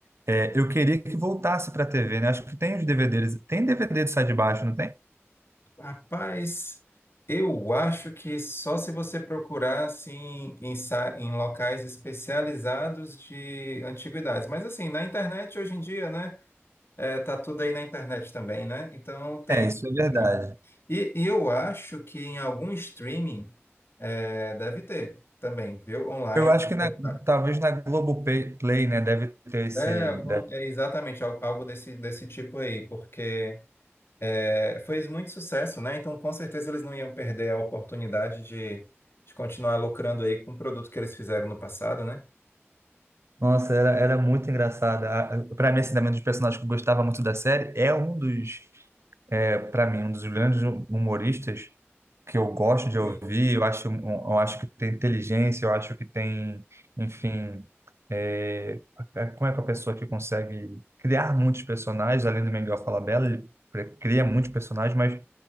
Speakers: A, on the right; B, on the left.
A: é, eu queria que voltasse para a TV, né? Acho que tem os DVDs, tem DVD do Sai de Baixo, não tem?
B: Rapaz, eu acho que só se você procurar assim em, sa- em locais especializados de antiguidades. Mas assim, na internet hoje em dia, né? É, tá tudo aí na internet também, né? Então tem.
A: É, isso é verdade.
B: tem. E, e eu acho que em algum streaming é, deve ter também, viu? Online.
A: Eu acho
B: se
A: que na-
B: você fa-
A: talvez na Globoplay, Play, né, deve ter esse.
B: É, algum,
A: deve-
B: é exatamente al- algo desse, desse tipo aí, porque. É, foi muito sucesso, né? Então, com certeza, eles não iam perder a oportunidade de, de continuar lucrando aí com o produto que eles fizeram no passado, né?
A: Nossa, era, era muito engraçada. Para mim, assim, também um dos personagens que eu gostava muito da série é um dos. é, para mim, um dos grandes humoristas que eu gosto de
B: Sim,
A: ouvir, eu acho, um, um, eu acho que tem inteligência, eu acho que tem, enfim, é, é, como é que a pessoa que consegue criar muitos personagens, além do Miguel Falabella, ele pre- cria muitos personagens, mas